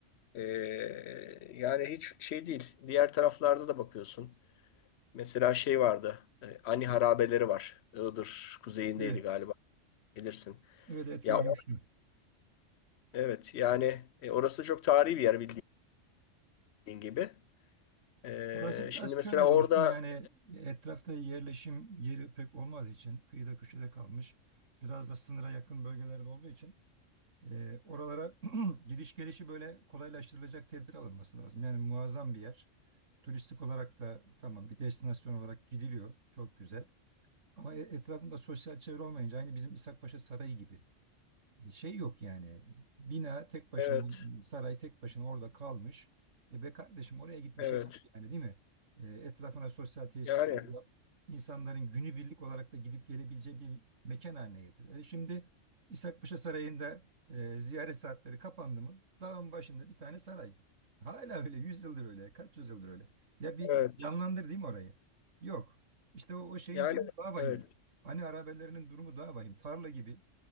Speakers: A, on the left; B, on the right.
A: E, yani hiç şey değil. Diğer taraflarda da bakıyorsun. Mesela şey vardı. e, Ani harabeleri var. Iğdır kuzeyindeydi
B: Evet.
A: galiba. Bilirsin.
B: Evet evet
A: Ya
B: görmüştüm.
A: o- evet yani e, orası çok tarihi bir yer bildiğin gibi. E,
B: Burası biraz
A: şimdi mesela
B: şöyle
A: orada
B: dostum yani etrafta yerleşim yeri pek olmadığı için kıyıda köşede kalmış. Biraz da sınıra yakın bölgelerde olduğu için e, oralara <clears throat> giriş gelişi böyle kolaylaştırılacak tedbir alınması lazım. Yani muazzam bir yer. Turistik olarak da tamam bir destinasyon olarak gidiliyor. Çok güzel. Ama e- etrafında sosyal çevre olmayınca aynı bizim İshakpaşa Sarayı gibi şey yok yani. Bina tek başına,
A: evet
B: saray tek başına orada kalmış. E be kardeşim oraya git bir
A: evet
B: şey yap yani değil mi? E, etrafına sosyal tesisler
A: yani
B: yap. İnsanların günübirlik olarak da gidip gelebileceği bir mekan haline getir. E şimdi İshakpaşa Sarayı'nda e, ziyaret saatleri kapandı mı? Dağın başında bir tane saray. Hala öyle, yüz yıldır öyle, kaç yüzyıldır öyle. Ya bir
A: evet
B: canlandır değil mi orayı? Yok. İşte o, o şeyin
A: yani
B: durumu daha vahim.
A: evet
B: Hani arabelerinin durumu daha vahim. Tarla gibi